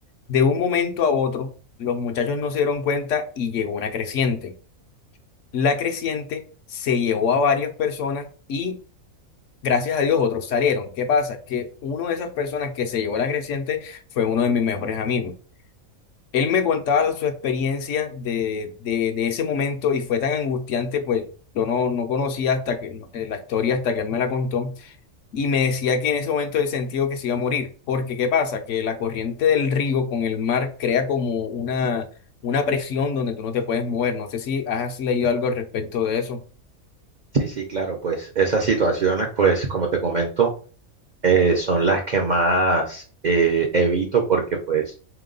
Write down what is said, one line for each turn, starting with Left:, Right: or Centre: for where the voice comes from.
Left: De un momento a otro, los muchachos no se dieron cuenta y llegó una creciente. La creciente se llevó a varias personas y, gracias a Dios, otros salieron. ¿Qué pasa? Que uno de esas personas que se llevó la creciente fue uno de mis mejores amigos. Él me contaba su experiencia de, de, de ese momento y fue tan angustiante, pues yo no, no conocía hasta que no, eh, la historia hasta que él me la contó y me decía que en ese momento él sentía que se iba a morir, porque ¿qué pasa? Que la corriente del río con el mar crea como una, una presión donde tú no te puedes mover. No sé si has leído algo al respecto de eso.
Right: Sí, sí, claro, pues esas situaciones, pues como te comento, eh, son las que más eh, evito porque pues